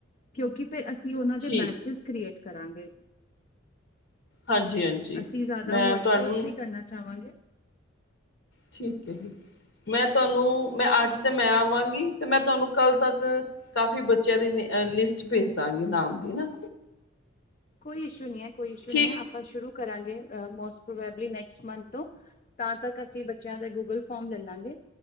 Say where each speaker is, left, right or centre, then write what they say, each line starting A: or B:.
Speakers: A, on the left; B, on the left.
A: ਕਿਉਂਕਿ ਫਿਰ ਅਸੀਂ ਉਹਨਾਂ
B: ਠੀਕ
A: ਦੇ ਬੈਚਿਸ ਕ੍ਰੀਏਟ ਕਰਾਂਗੇ।
B: ਹਾਂਜੀ ਹਾਂਜੀ
A: ਅਸੀਂ ਜ਼ਿਆਦਾ
B: ਮੈਂ
A: ਹੋਚ
B: ਤੁਹਾਨੂੰ
A: ਪੋਚ ਨਹੀਂ ਕਰਨਾ ਚਾਹਵਾਂਗੇ
B: ਠੀਕ ਹੈ ਜੀ, ਮੈਂ ਤੁਹਾਨੂੰ ਮੈਂ
A: ਠੀਕ
B: ਅੱਜ
A: ਹੈ
B: ਤੇ ਮੈਂ ਆਵਾਂਗੀ ਤੇ ਮੈਂ ਤੁਹਾਨੂੰ ਕੱਲ ਤੱਕ ਕਾਫੀ ਬੱਚਿਆਂ ਦੀ ਲਿਸਟ ਭੇਜ ਦਾਂ ਗੀ ਨਾਮ ਏ ਨਾ
A: ਕੋਈ ਇਸ਼ੂ ਨਹੀਂ ਹੈ, ਕੋਈ ਇਸ਼ੂ
B: ਠੀਕ
A: ਨਹੀਂ ਹੈ ਆਪਾਂ ਸ਼ੁਰੂ ਕਰਾਂਗੇ most probably next month ਤੋਂ ਤਾਂ ਤੱਕ ਅਸੀਂ ਬੱਚਿਆਂ ਦੇ ਗੂਗਲ ਫੋਰਮ ਲੈ ਲਾਂਗੇ